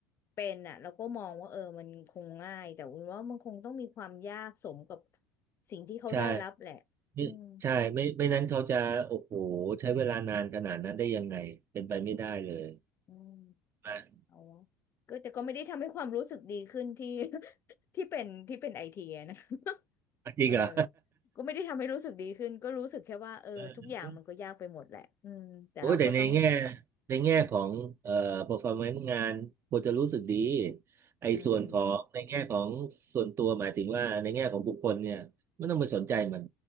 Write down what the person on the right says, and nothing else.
ใช่ไม่ใช่ไม่ไม่นั้นเขาจะโอ้โหใช้เวลานานขนาดนั้นได้ยังไงเป็นไปไม่ได้เลย
อ่ะ
จริงเหรอ
<laughs> โอ้ยแต่ในแง่ในแง่ของเอ่อ performance งานควรจะรู้สึกดีไอ้ส่วนของในแง่ของส่วนตัวหมายถึงว่าในแง่ของบุคคลเนี่ยไม่ต้องไปสนใจมัน